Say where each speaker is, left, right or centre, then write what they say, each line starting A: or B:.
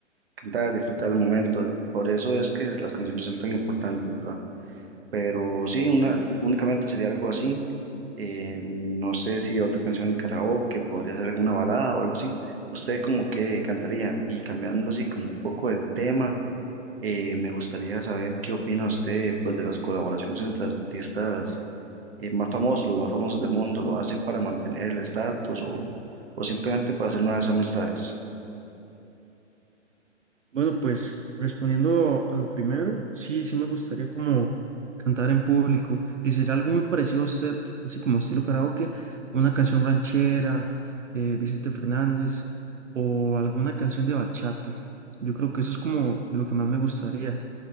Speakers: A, on the right; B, on the right.
A: cantar, disfrutar el momento. Por eso es que las canciones son tan importantes, ¿verdad? Pero sí, una, únicamente sería algo así. Eh, no sé si otra canción en karaoke, podría ser alguna balada o algo así. ¿Usted como que cantaría? Y cambiando así como un poco el tema, eh, me gustaría saber qué opina usted pues de las colaboraciones entre artistas eh, más famosos, los más famosos del mundo. ¿Lo hacen para mantener el estatus o, o simplemente para hacer nuevas amistades?
B: Bueno, pues respondiendo a lo primero, sí, sí me gustaría como cantar en público y sería algo muy parecido a usted, así como estilo karaoke, una canción ranchera, eh, Vicente Fernández o alguna canción de bachata. Yo creo que eso es como lo que más me gustaría.